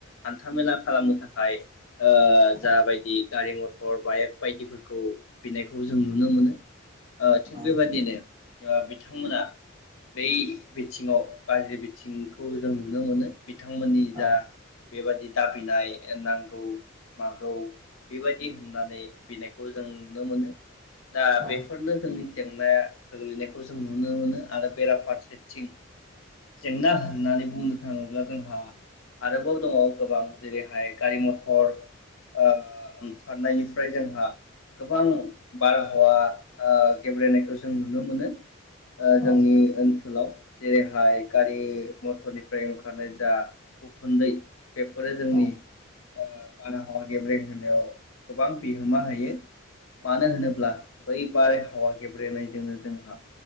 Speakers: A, on the left; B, on the right.
A: हान्थामेला खालामनो थाखाय ओ
B: औ
A: जाबायदि गारि मथ हर बाइेक बायदिफोरखौ बिनायखौ जों नुनो मोनो। ओ थिग
B: औ
A: बे बायदिनो ओ बिथांमोना बै बिथिङाव गाज्रि बिथिंखौ जों नुनो मोनो। बिथांमोननि
B: औ
A: जा बेबायदि दाबिनाय नांगौ मागौ बेबायदि दि होननानै बिलेग खौ जों नुनो मोनो। दा
B: औ
A: बेफोरनो जोंनि जेंनाया गोग्लैनायखौ जों नुनो मोनो। आरो बेराफारसेथिं जेंना होननानै बुंनो थाङोब्ला जोंहा आरोबाव दङ गोबां जेरैहाय गारि मथर आ उम फारनायनिफ्राय जोंहा गोबां बारहावा ओ गेब्रेनायखौ जों नुनो मोनो। ओ जोंनि
B: औ
A: ओनसोलाव जेरैहाय गारि मथरनिफ्राय ओंखारनाय दा उखुन्दै। बेफोरो जोंनि
B: औ
A: ओ बारहावा गेब्रेहोनायाव गोबां बिहोमा होयो । मानो होनोब्ला बै बारहावा गेब्रेनायजोंनो जोंहा